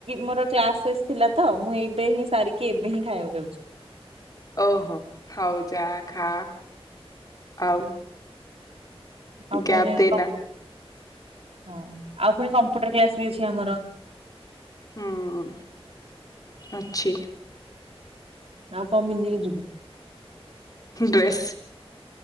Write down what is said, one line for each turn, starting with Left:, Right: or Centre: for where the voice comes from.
Right: ମୋର କ୍ଲାସ୍ ସେ ଥିଲା ତ ମୁଁ ଏବେ ହିଁ ସାରିକି ଏବେ ହିଁ ଖାଇବାକୁ ଯାଉଛି।
Left: ଓହୋ ହଉ ଯା ଖା ଆଉ
Right: ଆଉ
Left: ଗ୍ୟାପ
Right: ପୁଣି
Left: ଦେନା।
Right: କମ୍ପୁ ଆଉ ପୁଣି କମ୍ପୁଟର କ୍ଲାସ ବି ଅଛି ଆମର।
Left: ହୁଁ ଅଛି।
Right: ଆଉ କଣ ପିନ୍ଧିକି ଯୁିବୁ।
Left: ଡ୍ରେସ୍।